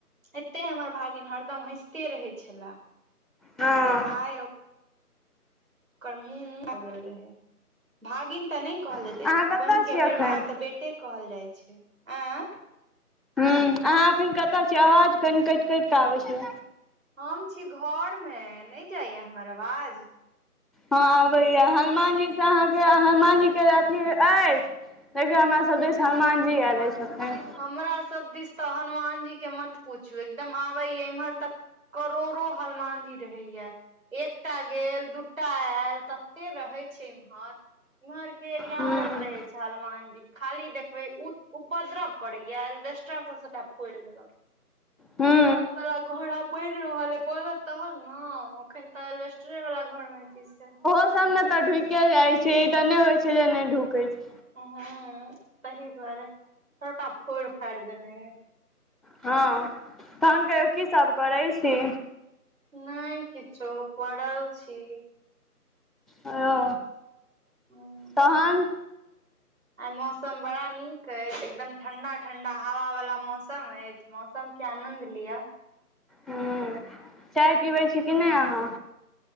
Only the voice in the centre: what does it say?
हँ
अहाँ कतय
छी
एखन
अहाँ एखन कतऽ छियै, आवाज कनि कटि कटि कऽ आबै छै।
हँ अबैया, हनुमान जी से अहाँके, हनुमान जी के अथी अछि। देखयो हमरा सब दिस, हनुमान जी आयले अछि अखन,।
हूँ
हूं।
मौसम मे तऽ ढुक जाय छै, ई तऽ ने होय छै जे, नहि ढुके छै,।
हँ तहन कहियौ की सब करै छी।
ओ
तहन।
हूँ चाय पीबै छी कि नई अहाँ।